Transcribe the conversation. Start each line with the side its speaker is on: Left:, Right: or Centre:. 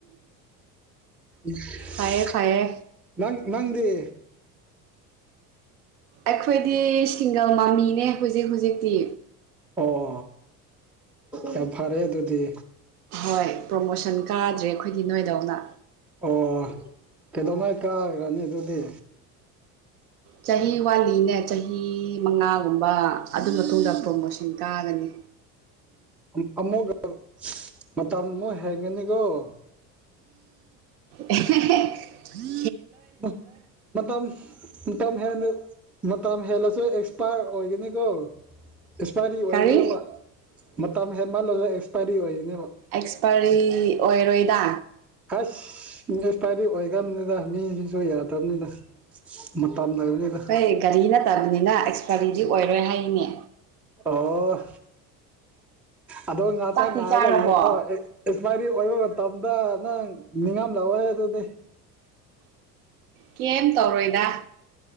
Centre: ꯏꯁ
Right: ꯐꯩꯌꯦ ꯐꯩꯌꯦ
Centre: ꯅꯪ ꯅꯪꯗꯤ
Right: ꯑꯩꯈꯣꯏꯗꯤ ꯁꯤꯡꯒ ꯃꯃꯤꯅꯦ ꯍꯧꯖꯤꯛ ꯍꯧꯖꯤꯛꯇꯤ
Centre: ꯑꯣ ꯌꯥꯝ ꯐꯔꯦ ꯑꯗꯨꯗꯤ
Right: ꯍꯣꯏ ꯄ꯭ꯔꯣꯃꯣꯁꯟ ꯀꯥꯗ꯭ꯔꯦ ꯑꯩꯈꯣꯏꯒꯤ ꯅꯣꯏꯗꯧꯅ
Centre: ꯑꯣ ꯀꯩꯗꯧꯉꯩ ꯀꯥꯒ꯭ꯔꯅꯤ ꯑꯗꯨꯗꯤ
Right: ꯆꯍꯤ ꯋꯥꯠꯂꯤꯅꯦ ꯆꯍꯤ ꯃꯉꯥꯒꯨꯝꯕ ꯑꯗꯨ ꯃꯇꯨꯡꯗ ꯄ꯭ꯔꯣꯃꯣꯁꯟ ꯀꯥꯒꯅꯤ
Centre: ꯑꯃꯨꯛ ꯑꯃꯨꯛꯒ ꯃꯇꯝ ꯑꯃꯨꯛ ꯍꯦꯟꯒꯅꯤꯀꯣ <unintelligible>
Right: ꯑꯦꯍꯦ ꯍꯦ
Centre: ꯃ ꯃꯇꯝ ꯃꯇꯝ ꯍꯦꯜꯂ ꯃꯇꯝ ꯍꯦꯜꯂꯁꯨ ꯑꯦꯛꯁꯄꯥꯌꯔ ꯑꯣꯏꯒꯅꯤꯀꯣ ꯑꯦꯛꯁꯄꯥꯏꯔꯤ ꯑꯣꯏꯒꯅꯦꯕ
Right: ꯀꯔꯤ
Centre: ꯃꯇꯝ ꯍꯦꯟꯃꯜꯂꯒ ꯑꯦꯛꯁꯄꯥꯏꯔꯤ ꯑꯣꯏꯒꯅꯦꯕ
Right: ꯑꯦꯛꯁꯄꯥꯢꯔꯤ ꯑꯣꯏꯔꯣꯏꯗ
Centre: ꯑꯥꯁ ꯑꯦꯛꯁꯄꯥꯢꯔꯤ ꯑꯣꯏꯒꯕꯅꯤꯗ ꯃꯤꯖꯤꯖꯨ ꯌꯥꯗꯕꯅꯤꯗ ꯃꯇꯝ ꯂꯩꯕꯅꯤꯗ
Right: ꯍꯣꯏ ꯒꯥꯔꯤ ꯅꯠꯇꯕꯅꯤꯅ ꯑꯦꯛꯁꯄꯥꯢꯔꯤꯗꯤ ꯑꯣꯏꯔꯣꯏ ꯍꯥꯏꯔꯤꯅꯦ
Centre: INAUDIBLE ꯑꯗꯣ ꯉꯥꯏꯍꯥꯛꯇꯪ
Right: ꯆꯥꯛꯇꯤ
Centre: ꯉꯥꯏꯔꯒ
Right: ꯆꯥꯔꯕꯣ
Centre: ꯌꯦꯡꯉꯣ ꯑꯦꯛꯁꯄꯥꯏꯔꯤ ꯑꯣꯏꯕ ꯇꯝꯗ ꯅꯪ ꯅꯤꯡꯉꯝ ꯂꯥꯛꯑꯣꯏ ꯑꯗꯨꯗꯤ
Right: ꯀꯩꯌꯤꯝ ꯇꯧꯔꯣꯏꯗ